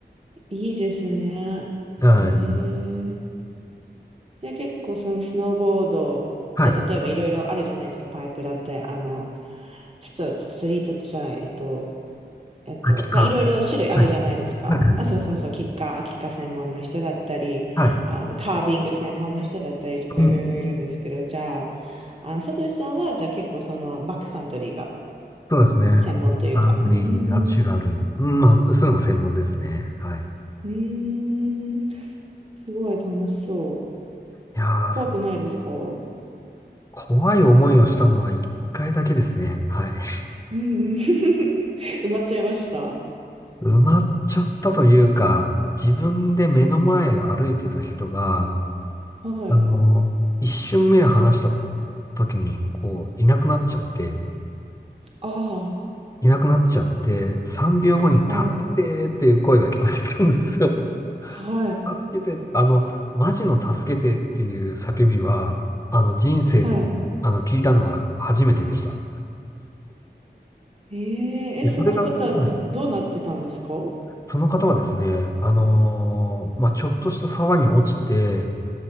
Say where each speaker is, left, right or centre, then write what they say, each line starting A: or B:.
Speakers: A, on the right (about 35°); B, on the left (about 20°).
A: いいですね。
B: はい。
A: ええ。で、結構そのスノーボードって例えばいろいろあるじゃないですか。
B: はい。
A: パイプだって、あの、スト、ストリートじゃない、えっと、えっと、
B: 秋か。
A: まあ、いろいろ種類あるじゃないですか。
B: はい。はい。
A: あ、そうそうそう、キッカー、キッカー専門の人だったり、
B: はい。
A: あの、カービング専門の人だったりとかいろいろいるんですけど、
B: うん
A: じゃあ、あの、サトシさんは、じゃあ結構その、バックカントリーが
B: そうですね。
A: 専門というか、
B: アングリー、
A: うーん、
B: ナチュラル。うん、まあ、そういうの専門ですね。はい。い
A: うーん、すごい楽しそう。
B: やー、
A: 怖くないですかう
B: そ怖い思いをしたのは一回だけですね。はい。<laughs>
A: んうん。<laughs> 埋まっちゃいました
B: 埋まっちゃったというか、自分で目の前歩いてた人が、
A: はい。
B: あの、一瞬目を離した時に、こう、いなくなっちゃって、
A: あ
B: いなくなっちゃって、3秒後に助けてーっていう声が聞こえてきたんですよ。
A: あ、はい。はい。
B: 助けて、あの、マジの助けてっていう叫びは、あの、人生で、
A: はい。
B: あの、聞いたのは初めてでした。
A: えー、
B: で、
A: え、その方、
B: それが、はい。
A: などうなってたんですか
B: その方はですね、あのーまあ、ちょっとした沢に落ちて、